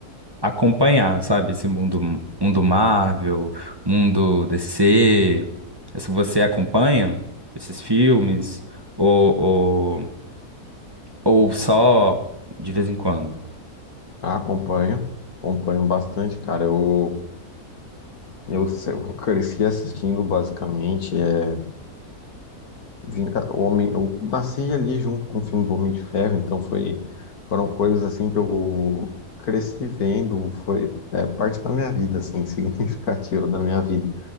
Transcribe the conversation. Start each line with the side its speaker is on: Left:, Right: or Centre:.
Right: acompanhar, sabe? Esse mundo, mundo Marvel, mundo DC. Se você acompanha esses filmes, ou, ou, ou só de vez em quando?
Left: Ah, acompanho, acompanho bastante, cara. Eu Eu, se- eu cresci assistindo basicamente é, Vinga- o Homem, eu nasci ali junto com o filme do Homem de Ferro, então foi foram coisas assim que eu cresci vendo, foi é, parte da minha vida assim, <laughs> significativa da minha vida.